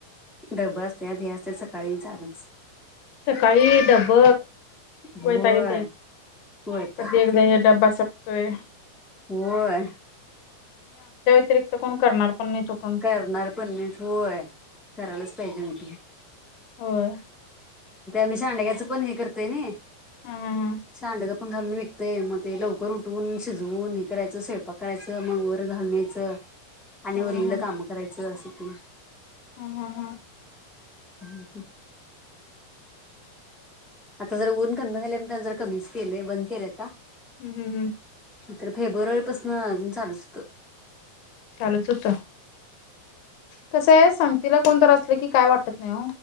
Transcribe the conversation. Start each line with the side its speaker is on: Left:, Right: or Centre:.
Centre: डब्बा असत्यात ह्याच त्याच सकाळी चालूच.
Left: सकाळी डब्ब
Centre: होय.
Left: वैताग येतय
Centre: वैताग
Left: कधी
Centre: येतंय.
Left: एकदा डबा सपतोय.
Centre: होय.
Left: आपल्या व्यतिरिक्त कोण करणार? पण नाही तो पण
Centre: करणार पण मीच होय करायलाच पाहिजे तुम्ही
Left: होय.
Centre: मी सांडगे चा पण करतोय ना हे
Left: हा हा
Centre: सांडग पण घालून विकते, मग ते लवकर उठवून शिजवून हे करायच मग स्वयपाक करायचं मग वर घालून यायचं. आणि
Left: हा
Centre: उरलेल
Left: हा
Centre: काम करायचं असं ते
Left: हा हा
Centre: हम्म. आता जर ऊन कमी झाल्या म्हणताना जर कमीच केलय बंद केले आ
Left: हम्म हम्म हम्म.
Centre: तर फेब्रुवारी पाासून अजून चालूच होत.
Left: चालूच होत. कसंय संगतीला कोण असलं तर काय वाटत नाही ओ.